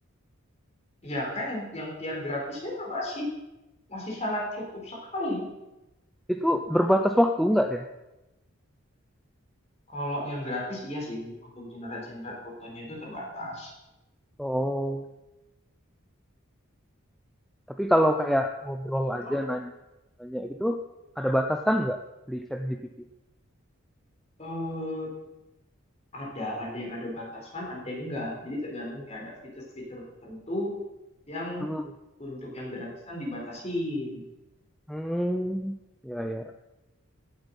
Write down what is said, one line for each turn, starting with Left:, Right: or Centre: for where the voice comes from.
Left: Iya kan yang yang tier gratisnya masih masih sangat cukup sekali.
Centre: itu berbatas waktu nggak deh
Left: Kalau yang gratis iya sih untuk generate-generate fotonya itu terbatas.
Centre: Oh, tapi kalau
Left: Hmm.
Centre: kayak ngobrol aja
Left: Cuma
Centre: nanya nanya gitu ada batasan nggak di ChatGPT
Left: eh, ada ada yang ada batasan, ada yang enggak. Jadi tergantung kayak ada fitur-fitur tertentu yang
Centre: Mm.
Left: untuk yang gratisan dibatasin.
Centre: Hmm. ya ya